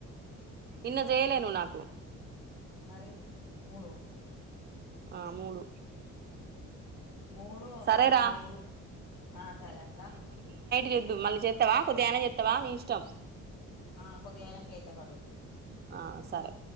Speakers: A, on the right (about 35°); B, on the left (about 80°).
A: నిన్న చేయలేవు నాకు
B: మరి మూడు
A: ఆ మూడు
B: మూడు
A: సరేరా
B: తక్కకు మూడు ఆ సరే అక్క
A: చేద్దు మళ్ళీ చెత్తావా కొద్దిగాన చెత్తావా నీ ఇష్టం
B: ఆ కొద్దిగా అయినంక కేత పట్టు
A: ఆ సరే